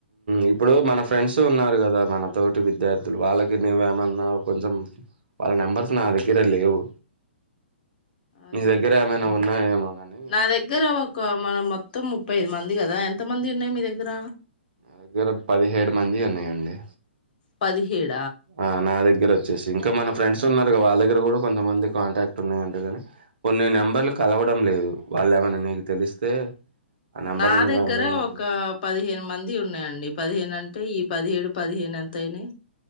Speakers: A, on the right (about 60°); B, on the left (about 50°).
A: ఇప్పుడు మన ఫ్రెండ్స్ ఉన్నారు కదా మనతోటి విద్యార్థులు వాళ్ళకి నువ్వేమన్నా కొంచెం వాళ్ళ నెంబర్స్ నా దగ్గర లేవు
B: అయ్యో
A: నీ దగ్గర ఏమైనా ఉన్నాయేమోనని
B: నా దగ్గర మన మొత్తం ముప్పై ఐదు మంది కదా ఎంత మంది ఉన్నాయి మీ దగ్గర
A: దగ్గర పదిహేడు మంది ఉన్నాయండి
B: పదిహేడు
A: ఆ నాదే దగ్గర వచ్చేసి ఇంకా మన ఫ్రెండ్స్ ఉన్నారుగా వాళ్ళ దగ్గర కూడా కొంతమంది కాంటాక్ట్ ఉన్నాయింటేగాని కొన్ని నెంబర్లు కలవడం లేదు వాళ్ళు ఏమైన్నా నీకు తెలిస్తే ఆ నెంబర్లు
B: నా
A: నువ్వేమన్నా
B: దగ్గర ఒక పదిహేను మంది ఉన్నాయండి. పదిహేను అంటే ఈ పదిహేడు పదిహేను ఎంతయినా